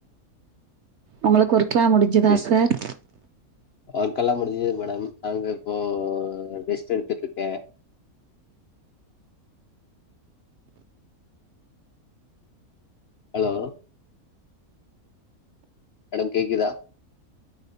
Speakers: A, on the right; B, on the left.
A: உங்ளுக்கு ஒரு க்லா முடிஞ்சதா
B: சேரி
A: சார்
B: ஒர்க்கெல்லா முடிஞ்சது மேடம் அங்க இப்போ ரெஸ்ட் எடுத்துட்டு இருக்க ஹலோ மேடம் கேக்குதா